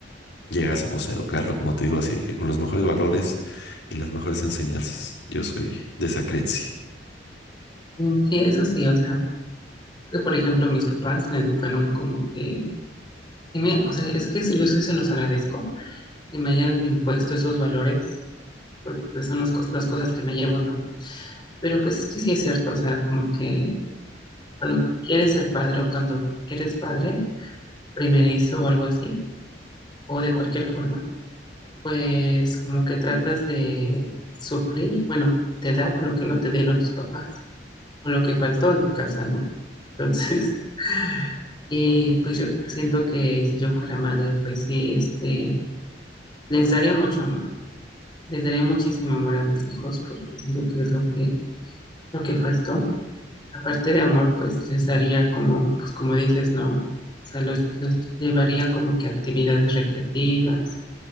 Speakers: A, on the left; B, on the left.
A: llegásemos a educarlo, como te digo, así que con los mejores valores y las mejores enseñanzas. Yo soy de esa creencia.
B: mm, sí, eso sí, o sea, que por ejemplo mis papás me educaron como que, sí me, o sea, es que eso- yo sí se los agradezco que me hayan impuesto esos valores, porque pues son las, cos- las cosas que me llevo, ¿no? Pero pues es que sí es cierto, o sea, como que cuando quieres ser padre o cuando eres padre, primerizo o algo así, o de cualquier forma, pues como que tratas de suplir, bueno, de dar lo que no te dieron tus papás o lo que faltó en tu casa, ¿no? Entonces, <laughs> y pues yo siento que si yo fuera madre, pues sí, este, les daría mucho amor, les daría muchísimo amor a mis hijos porque siento que es lo que, lo que faltó aparte de amor, pues les daría como, pues como dices, no, o sea, los, los llevaría como que a actividades recreativas,